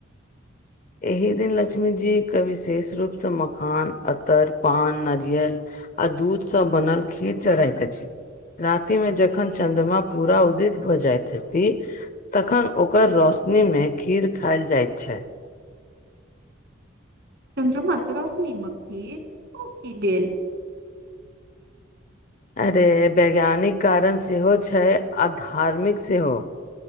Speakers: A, on the left; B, on the right.
A: एहि दिन लक्ष्मी जी के विशेष रूप से मखान अतर पान नारियल। आ दूध सब बनल खीर चढ़ैतइत छी। राति में जखन चद्रमा पूरा उदित भऽ जाइत हती। तखन ओकर रौशनीमे खीर खायल जाइत छै।
B: चन्द्रमा के रौश्म मे खीर की लेल।
A: अरे वैज्ञानिक कारण सेहो छै आ धार्मिक सेहो।